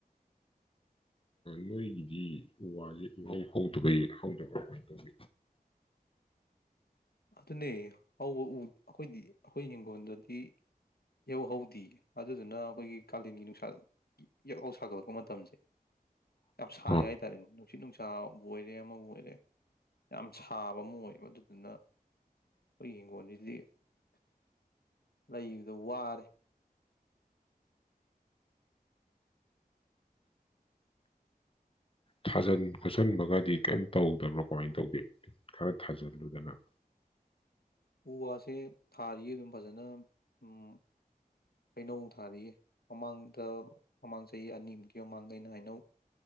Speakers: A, on the left; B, on the left.
A: ꯅꯣꯏꯒꯤꯗꯤ ꯎ ꯋꯥꯁꯦ ꯎꯍꯧ ꯍꯧꯗꯕꯩ ꯍꯧꯗꯕ ꯀꯃꯥꯏꯅ ꯇꯧꯒꯦ
B: ꯑꯗꯨꯅꯦ ꯍꯧꯕ ꯎ ꯑꯩꯈꯣꯏꯗꯤ ꯑꯩꯈꯣꯏ ꯍꯤꯡꯒꯣꯜꯗꯨꯗꯤ ꯏꯍꯧ ꯍꯧꯗ ꯑꯗꯨꯗꯨꯅ ꯑꯩꯈꯣꯏꯒꯤ ꯀꯥꯂꯦꯟꯒꯤ ꯅꯨꯡꯁꯥ ꯌꯦꯛꯍꯧ ꯁꯥꯒꯠꯂꯛꯄ ꯃꯇꯝꯁꯦ ꯌꯥꯝ ꯁꯥꯏ
A: ꯑꯥ
B: ꯍꯥꯏꯇꯥꯔꯦꯅꯦ ꯅꯨꯡꯁꯤꯠ ꯅꯨꯡꯁꯥꯕꯨ ꯑꯣꯏꯔꯦ ꯑꯃꯕꯨ ꯑꯣꯏꯔꯦ ꯌꯥꯝ ꯁꯥꯕ ꯑꯃ ꯑꯣꯏꯕ ꯑꯗꯨꯗꯨꯅ ꯑꯩꯈꯣꯏ ꯌꯤꯡꯒꯣꯟꯁꯤꯗꯤ ꯂꯩꯕꯗ ꯋꯥꯔꯦ
A: ꯊꯥꯖꯟ ꯈꯣꯠꯆꯟꯕꯒꯗꯤ ꯀꯔꯤꯝ ꯇꯧꯗꯕ꯭ꯔꯣ ꯀꯃꯥꯏꯟ ꯇꯧꯗꯦ ꯈꯔ ꯊꯥꯖꯤꯜꯂꯨꯗꯅ
B: ꯎ ꯋꯥꯁꯦ ꯊꯥꯔꯤꯌꯦ ꯑꯗꯨꯝ ꯐꯖꯅ ꯎꯝ ꯍꯩꯅꯧ ꯊꯥꯔꯤ ꯃꯃꯥꯡꯗ ꯃꯃꯥꯡ ꯆꯍꯤ ꯑꯅꯤꯃꯨꯛꯀꯤ ꯃꯃꯥꯡꯗ ꯑꯩꯅ ꯍꯩꯅꯧ